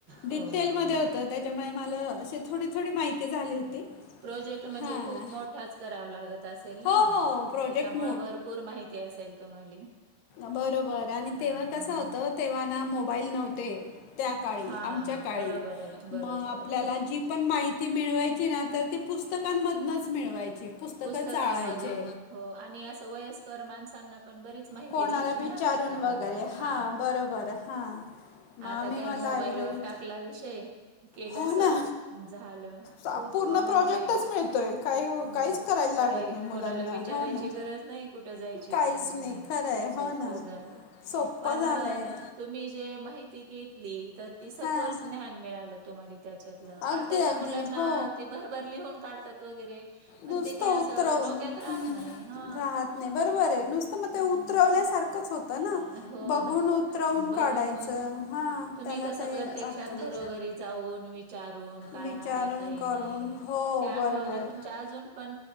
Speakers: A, on the left (about 75°); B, on the right (about 65°).
A: डिटेलमध्ये
B: हो.
A: होतं, त्याच्यामुळे मला, अशी थोडी, थोडी माहिती झाली होती.
B: प्रोजेक्ट म्हणजे
A: हां
B: खूप मोठाच करावा लागत असेल
A: हो
B: न,
A: हो प्रोजेक्ट
B: त्याच्यामुळे भरपूर माहिती ते असेल तुम्हाला.
A: बरं, बरं आणि
B: हां,
A: तेंव्हा कसं होतं, तेंव्हा ना मोबाईल नव्हते. त्या काळी,
B: हां.
A: आमच्या काळी
B: बरोबर आहे, बरोबर
A: म आपल्याला
B: आहे.
A: जी पण माहिती मिळवायची ना, तर ती पुस्तकांमधनच मिळवायची. पुस्तकं
B: पुस्तकामधून
A: चाळायचे
B: हो आणि अस वयस्कर माणसांना पण बरी माहिती
A: कोणाला
B: राहायची
A: विचारून
B: ना, त्याच्याबद्दल,
A: वगैरे हां
B: हा
A: बरोबर हां मग आम्ही
B: आता काय
A: मग लायब्ररीत
B: मोबाईलवर टाकला विषय, केलं
A: हो
B: सर्च,
A: ना
B: झालं.
A: चा-
B: खूप
A: पूर्ण
B: म्हणजे
A: प्रोजेक्टच मिळतोय काही
B: हम,
A: काहीच करायला
B: काय
A: लागत नाही मुलांना
B: कोणाला विचारायची
A: हो ना
B: गरज नाही, कुठं जायची
A: काहीच
B: गरज नाही,
A: खरं
B: खूप
A: आहे
B: सोपं
A: हो ना
B: झालंय,
A: सोपं
B: पण
A: झालंय
B: तुम्ही जे माहिती घेतली, तर ती सखोल
A: हां
B: ज्ञान मिळालं. तुम्हाला त्याच्यातलं
A: अगदी
B: आताच्या
A: अगदी
B: मुलांना
A: हो
B: ते भरभर लिहून काढतात वगैरे पण
A: नुसतं
B: ते काय असं
A: उतरवून
B: डोक्यात राहत
A: हम्म
B: नाही हा
A: राहत नाही बरोबर आहे नुसत मग
B: हम्म
A: ते उतरवल्यासारखंच होत ना
B: हो
A: बघून
B: ना.
A: उतरवून
B: बघून
A: काढायचं हा
B: तुम्ही
A: त्याला
B: कसं
A: काही
B: प्रत्यक्षात
A: अर्थ
B: घरोघरी
A: नाही.
B: जाऊन वि चारून काय
A: विचारून
B: आहे काही
A: करून
B: नाही
A: हो
B: त्या
A: बरोबर
B: आठवणी
A: आहे.
B: तुमच्या अजून पण